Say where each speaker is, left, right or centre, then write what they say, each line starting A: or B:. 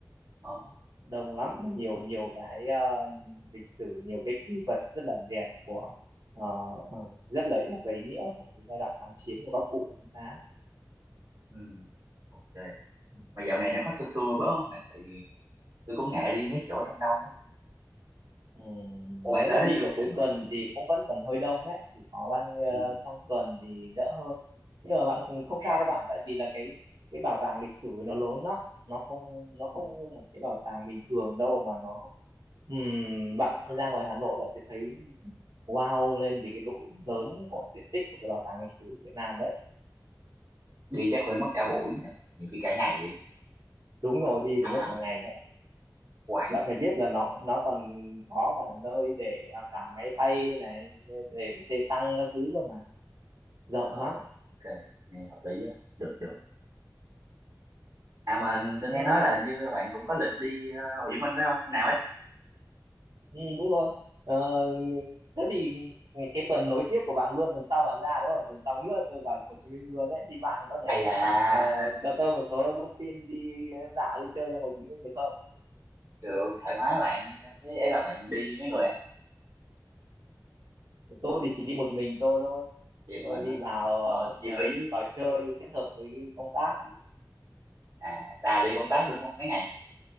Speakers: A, on the right; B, on the right.
A: ờ
B: đông lắm mà nhiều nhiều cái ờ, lịch sử nhiều cái kỷ vật rất là đẹp của ờ, ờ, rất là đẹp và ý nghĩa của cái giai đoạn kháng chiến của các cụ của chúng ta
A: ừ. ok
B: ừ.
A: mà dạo này nó có thưa thưa bớt không mày tại vì tôi cũng ngại đi mấy chỗ đông đông á
B: Ừ,
A: ủa bạn
B: nếu
A: tới
B: mà
A: đó
B: đi
A: chưa
B: vào cuối
A: bạn bạn
B: tuần thì cũng vẫn còn hơi đông đấy chỉ có ban ờ,
A: ừ.
B: trong tuần thì đỡ hơn nhưng mà bạn không không sao
A: dạ
B: đâu bạn tại vì là cái cái bảo tàng lịch sử nó lớn lắm nó không nó không
A: Ừ.
B: như một cái bảo tàng bình thường đâu mà nó ừm, bạn sẽ ra ngoài Hà Nội bạn sẽ thấy wow lên vì cái độ lớn của diện tích của cái bảo tàng lịch sử Việt Nam đấy
A: đi chắc phải mất cả buổi nhỉ nhiều khi cả ngày vậy chứ
B: đúng rồi đi phải
A: à
B: mất cả
A: mà
B: ngày
A: nó
B: đấy
A: hoài
B: bạn phải biết là nó nó còn có cả nơi để à, cả máy bay này để cả xe tăng các thứ cơ mà rộng
A: ờ,
B: lắm
A: ok nghe hợp lý á được được À mà tôi
B: ừ,
A: nghe nói là hình như bạn cũng có lịch đi ờ, Hồ Chí Minh phải không? Hôm Nào ấy?
B: ừ, đúng rồi ờ, thế thì cái tuần nối tiếp của bạn luôn tuần sau bạn ra đúng không tuần sau nữa tôi vào Hồ Chí Minh luôn đấy thì bạn có thể
A: À dạ,
B: ờ,
A: <laughs>
B: cho tôi một số thông tin đi ờ, dạo đi chơi trong Hồ Chí Minh được không
A: được, thoải mái bạn. Thế ấy là bạn đi mấy người á?
B: ừ, tôi thì chỉ đi một mình tôi thôi
A: Đi một
B: tôi
A: mình
B: đi
A: đúng
B: vào
A: không? Còn
B: ờ,
A: chi phí
B: vào chơi kết hợp với cái công tác
A: ờ, à, à đi công tác đúng không? Mấy ngày?